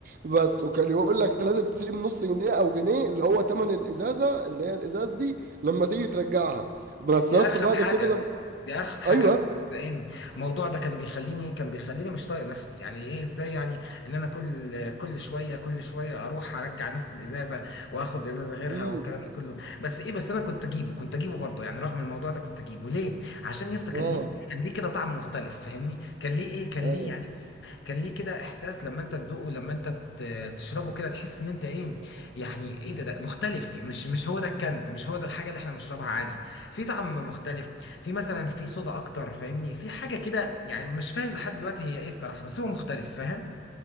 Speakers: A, on the right; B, on the left.
A: بس وكان يقول لك لازم تسيب نص جنيه او جنيه اللي هو تمن الازازه اللي هي الازاز دي لما تيجي ترجعها بس
B: دي
A: يا
B: ارخم
A: اسطى بعد
B: حاجه
A: كده
B: يا
A: لما
B: اسطى دي ارخم حاجه
A: ايوه
B: يا اسطى
A: <laughs> يا اسطى
B: فاهم الموضوع ده كان بيخليني كان بيخليني مش طايق نفسي يعني ايه ازاي يعني ان انا كل كل شويه كل شويه اروح ارجع نفس الازازه واخد ازازه غيرها
A: امم
B: والكلام ده كله بس ايه بس انا كنت اجيبه كنت اجيبه برضه يعني رغم الموضوع ده كنت اجيبه ليه عشان يا اسطى كان
A: اه
B: ليه كان ليه كده طعم مختلف فاهمني كان ليه ايه كان
A: ايوه
B: ليه يعني بص كان ليه كده احساس لما انت تدوقه لما انت ت- تشربه كده تحس ان انت ايه يعني ايه ده ده مختلف مش مش هو ده الكنز مش هو ده الحاجه اللي احنا بنشربها عادي في طعم مختلف في مثلا في صودا اكتر فاهمني في حاجه كده يعني مش فاهم لحد دلوقتي هي ايه الصراحه بس هو مختلف فاهم